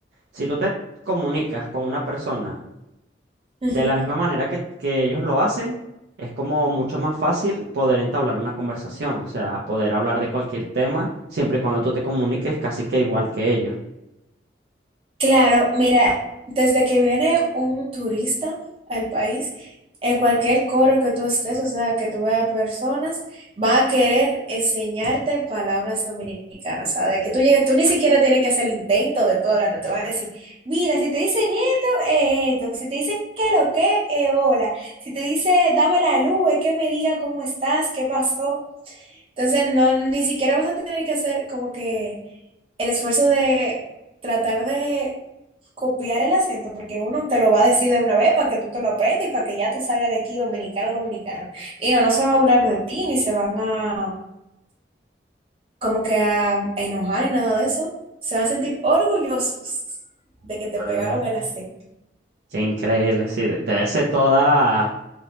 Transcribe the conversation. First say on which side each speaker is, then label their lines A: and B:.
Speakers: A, on the right (about 65°); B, on the right (about 30°).
A: si tú te comunicas con una persona,
B: Ujú.
A: de la misma manera que, que ellos lo hacen, es como mucho más fácil poder entablar una conversación, o sea, poder hablar de cualquier tema, siempre y cuando tú te comuniques casi que igual que ellos.
B: Claro, mira, desde que viene un turista al país, en cualquier coro que tú estés, o sea, que tú veas personas, van a querer enseñarte palabras dominicanas, o sea, de que tú llegues, tú ni siquiera tienes que hacer el intento de tú hablar, no te van a decir, mira, si te dicen esto, eh, esto, si te dicen que lo que, eh, hola, si te dice dame la luz, es que me diga cómo estás, qué pasó. Entonces, no, ni siquiera vas a tener que hacer como que el esfuerzo de tratar de copiar el acento, porque uno te lo va a decir de una vez para que tú te lo aprendas y para que ya tú salgas de aquí dominicano, dominicano. Y no, no se van a burlar de ti, ni se van a como que a enojar ni nada de eso. Se van a sentir orgullosos de que te
A: Claro.
B: pegaron el acento.
A: Qué increíble, sí, de- debe ser toda,